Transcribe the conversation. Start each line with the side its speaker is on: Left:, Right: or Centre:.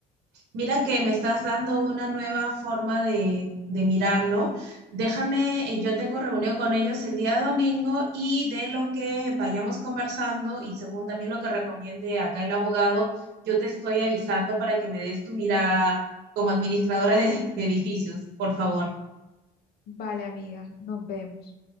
Right: Mira que me estás dando una nueva forma de, de mirarlo. Déjame, eh, yo tengo reunión con ellos el día domingo y de lo que vayamos conversando y según también lo que recomiende acá el abogado, yo te estoy avisando para que me des tu mirada como administradora de, de edificios, por favor.
Left: Vale, amiga, nos vemos.